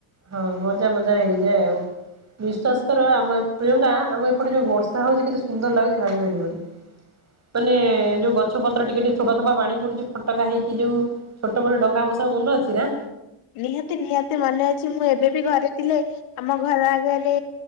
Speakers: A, on the right; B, on the left.
A: ହଁ ମଜାରେ ମଜାରେ ହେଇଯାଏ ଆଉ। ବିଶ୍ଵାସ କର ଆମ ପ୍ରିୟଙ୍କା ଆମ ଏପଟେ ଯୋଉ ବର୍ଷା ହଉଛି କେତେ ସୁନ୍ଦର ଲାଗୁଛି ଭାବି ପାରିବନି। ମାନେ ଯୋଉ ଗଛପତ୍ର ଟିକେ ଟିକେ ଥୋପା ଥୋପା ପାଣି ପଡୁଛି ଫଟକା ହେଇକି ଯୋଉ ଛୋଟ ବେଳେ ଯୋଉ ଡ଼ଙ୍ଗା ମନ ଅଛି ନା।
B: ନିହାତି ନିହାତି ମନେ ଅଛି ମୁଁ ଏବେ ବି ଘରେ ଥିଲେ। ଆମ ଘର ଆଗରେ